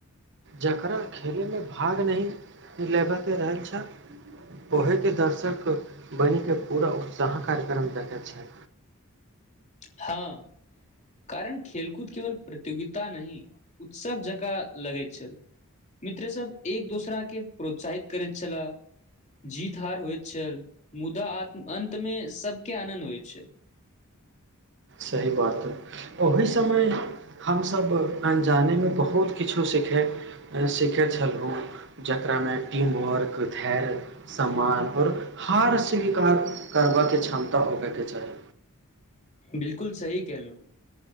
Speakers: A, on the right; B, on the left.
A: जकरा खेलैमे भाग नहि लेब करर छै <inaudible> ओहके दर्शक बनिक पूरा उत्साह कार्यक्रम दने छै।
B: हँ कारण खेलकूद केवल प्रतियोगिता नही उत्सव जकाँ लगैत छल मित्र सब एक दोसरा के प्रोत्साहित करैत छलह जीत हार होइत छल मुदात अन्तमे सबके आनन्द होइ छल।
A: सही बात हइ। ओहि समय हमसभ अजानेमे बहुत किछो सीखै सीखै छलहुँ जकरामे टीम वर्क धैर्य समान ओर हार स्वीकार करबयके क्षमता होबयके चाही।
B: बिलकुल सही कैलु